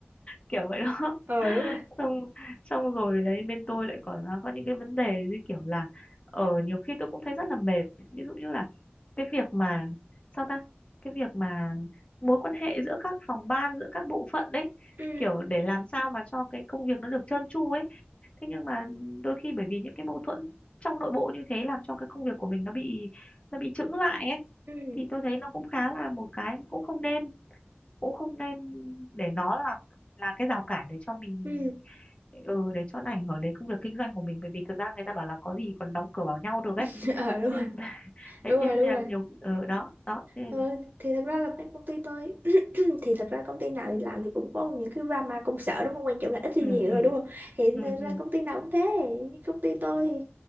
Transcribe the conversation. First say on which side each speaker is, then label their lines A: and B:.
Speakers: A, on the left; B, on the right.
A: kiểu vậy đó
B: ờ
A: <laughs>
B: đúng rồi
A: xong xong rồi đấy bên tôi lại còn à, có những cái vấn đề như kiểu là ở nhiều khi tôi cũng thấy rất là mệt ví dụ như là cái việc mà sao ta cái việc mà mối quan hệ giữa các phòng ban giữa các bộ phận đấy
B: ừ
A: kiểu để làm sao mà cho cái công việc nó được trơn tru ấy thế nhưng mà đôi khi bởi vì những cái mâu thuẫn trong nội bộ như thế làm cho cái công việc của mình nó bị nó bị chững lại ấy
B: ừ
A: thì tôi thấy nó cũng khá là một cái cũng không nên cũng không nên để nó làm là cái rào cản để cho mình
B: ừ
A: ừ, để cho nó ảnh hưởng đến công việc kinh doanh của mình bởi vì thực ra người ta bảo là có gì còn đóng cửa bảo nhau được ấy
B: <laughs> ờ đúng
A: Thế
B: rồi
A: nên- <laughs> đấy
B: đúng rồi
A: thế nên
B: đúng
A: là
B: rồi
A: nhiều ừ, đó đó thế nên,
B: ờ, thì thật ra là bên công ty tôi <clears throat> thì thật ra công ty nào đi làm thì cũng có những cái drama công sở đúng không quan trọng là ít hay
A: ừ,
B: nhiều
A: ừ,
B: thôi đúng không thì
A: ừ,
B: thật
A: ừ,
B: ra công ty nào cũng thế Như công ty tôi thì